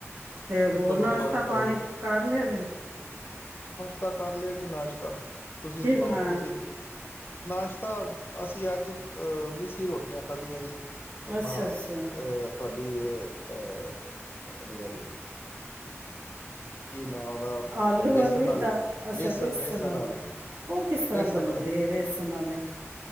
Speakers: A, on the right (about 55°); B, on the left (about 45°).
A: ਤੇ
B: ਮੈਂ ਕਿਹਾ
A: ਹੋਰ
B: ਚਲੋ
A: ਨਾਸ਼ਤਾ
B: ਫ਼ਰਕ ਪੈ
A: ਪਾਣੀ
B: ਜੇ
A: ਕਰ ਲਿਆ ਜੇ।
B: ਤਾ ਕਰ ਲਿਆ ਜੀ ਨਾਸ਼ਤਾ, ਤੁਸੀਂ
A: ਕੀ
B: ਸੁਣਾਓ
A: ਬਣਾਇਆ
B: ਤੁਸੀਂ, ਨਾਸ਼ਤਾ ਅਸੀਂ ਅੱਜ ਅਹ ਮਿੱਸੀ ਰੋਟੀਆਂ। ਖਾਂਦੀਆਂ ਜੀ ਆਪਣਾ
A: ਅੱਛਾ ਅੱਛਾ
B: ਅਹ, ਤੁਹਾਡੀ ਅਹ ਰਿਆਲੀ, ਉਹਦਾ
A: ਆਲੂ
B: ਵੇਸਨ
A: ਵਾਲੀ
B: ਆਲੇ
A: ਦਾ ਅੱਛਾ
B: ਵੇਸਨ
A: ਵੇਸਣ
B: ਵੇਸਨ
A: ਵਾਲੇ
B: ਆਲਾ
A: ਉਹ ਕਿਸ ਤਰ੍ਹਾਂ
B: ਵੇਸਨ
A: ਬਣਦੇ
B: ਆਲੇ
A: ਵੇਸਣ ਵਾਲੇ